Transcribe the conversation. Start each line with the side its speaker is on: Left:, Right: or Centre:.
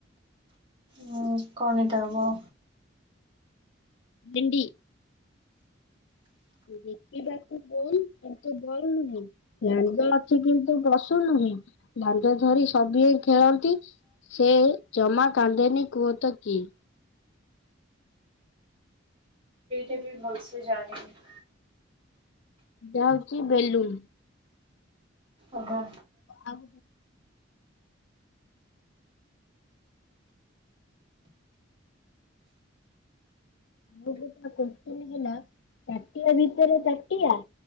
Right: ଉଁ କଣ ଏଇଟା ହବ?
Left: ଭିଣ୍ଡି। ଦେଖିବାକୁ ଗୋଲ କିନ୍ତୁ ଗୋଲ ନୁହେଁ। ଦାଣ୍ଡ ଅଛି କିନ୍ତୁ ପସୁ ନୁହେଁ ଦାଣ୍ଡ ଧରି ସବିଏ ଖେଳନ୍ତି। ସେ ଜମା କାନ୍ଦେନି କୁହତ କିଏ?
Right: ଏଇଟା ବି ଭଲସେ ଜାଣିନି।
Left: ଏଇଟା ହଉଛି ବେଲୁନ।
Right: ଅହୋ।
Left: ଆଉ ମୋ ଗୋଟା କୋତ୍ସିନ୍ ହେଲା ତାଟିଆ ଭିତରେ ତାଟିଆ